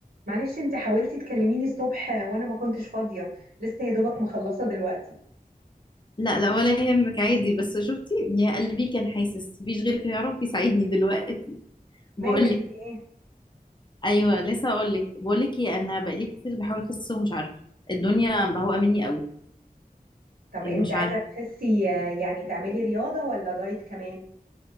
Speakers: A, on the right; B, on the left.
A: معلش انت حاولتي تكلميني الصبح وانا ما كنتش فاضية لسه يا دوبك مخلصة دلوقتي
B: لا لا ولا يهمك عادي بس شفتي يا قلبي كان حاسس مفيش غيرك يعرف يساعدني دلوقتي بقول
A: مالك
B: لك
A: في ايه
B: ايوه لسه اقول لك بقول لك ايه انا بقالي كتير بحاول اخس ومش عارفه الدنيا بهوقه مني قوي
A: طب
B: إيه
A: انت
B: مش
A: عايزة
B: عارفه
A: تخسي آه، يعني تعملي رياضة ولا دايت كمان